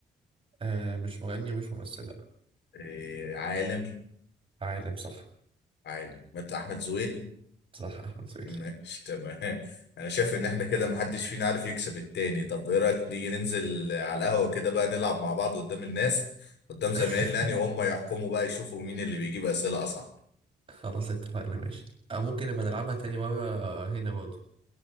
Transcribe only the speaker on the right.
آه مش مغني ومش ممثل لأ
عالم صح
صح أحمد سويل
<laughs>
خلاص اتفقنا ماشي أو ممكن نبقى نلعبها تاني مرة هنا برضه